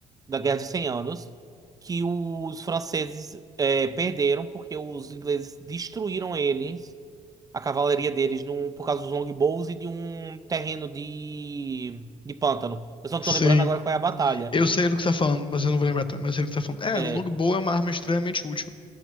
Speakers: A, on the right; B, on the left.
A: da Guerra dos 100 Anos que os franceses é, perderam porque os ingleses destruíram eles, a cavalaria deles, num, por causa dos longbows e de um terreno de, de pântano. Eu só não
B: Sim.
A: tô lembrando agora qual é a batalha.
B: Eu sei do que você tá falando, mas eu não vou lembrar, também, mas eu sei do que você tá falando.
A: É,
B: É, longbow é uma arma extremamente útil.